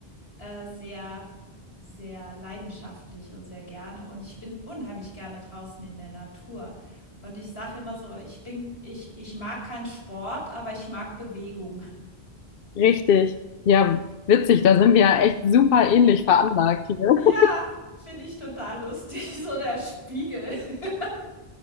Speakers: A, on the left; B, on the left.
A: Äh, sehr, sehr leidenschaftlich und sehr gerne. Und ich bin unheimlich gerne draußen in der Natur. Und ich sage immer so, ich bin, ich, ich mag keinen Sport, aber ich mag Bewegung. <laughs>
B: Richtig. Ja, witzig, da sind wir ja echt super ähnlich veranlagt hier. <laughs>
A: Ja, finde ich total lustig. <laughs> So der Spiegel. <laughs>